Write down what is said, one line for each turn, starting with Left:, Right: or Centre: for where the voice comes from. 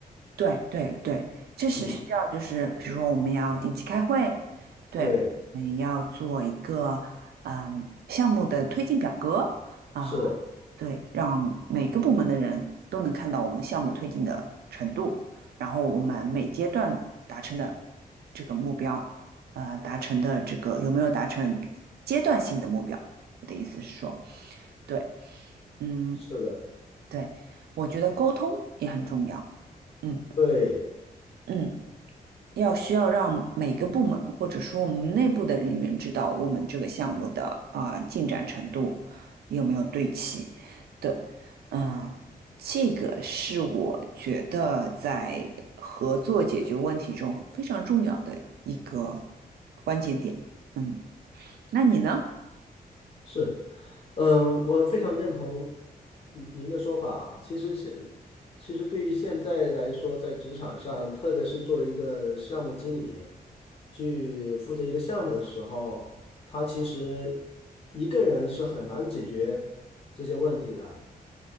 Right: 对对对，这是需要，
Left: 嗯，
Right: 就是比如说我们要定期开会，对，
Left: 对，
Right: 我们要做一个嗯项目的推进表格啊，
Left: 是
Right: 对，让每个部门的人都能看到我们的项目推进的程度，然后我们每阶段达成的这个目标，呃，达成的这个有没有达成阶段性的目标？我的意思是说，对，嗯，
Left: 是的，
Right: 对，我觉得沟通也很重要，嗯
Left: 对，
Right: 嗯。要需要让每个部门或者说我们内部的人员知道我们这个项目的啊、进展程度有没有对齐。对，嗯，这个是我觉得在合作解决问题中非常重要的一个关键点。嗯，那你呢？
Left: 是。嗯，我非常认同您您的说法啊。其实现，其实对于现在来说，在职场上，特别是作为一个项目经理，去负责一个项目的时候，他其实一个人是很难解决这些问题的。